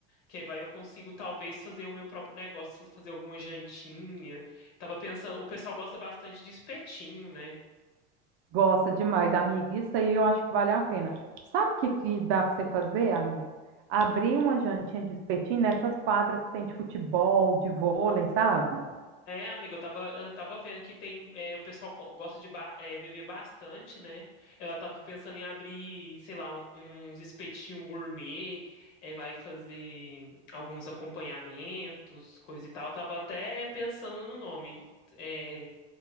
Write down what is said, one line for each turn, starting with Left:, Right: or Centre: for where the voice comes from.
Left: Que vai eu consigo talvez fazer o meu próprio negócio, fazer alguma jantinha. Tava pensando, o pessoal gosta bastante de espetinho, né?
Right: Gosta demais, amigo. Isso aí eu acho que vale a pena. Sabe o que, que dá para você fazer, amigo? Abrir uma jantinha de espetinho nessas quadras que tem de futebol, de vôlei, sabe?
Left: É, amiga, eu tava, eu tava vendo que tem, é, o pessoal co- gosta de ba- é, beber bastante, né? Ela tava pensando em abrir, sei lá, um- uns espetinhos gourmet, é, vai fazer alguns acompanhamentos, coisa e tal. Eu tava até pensando no nome. é,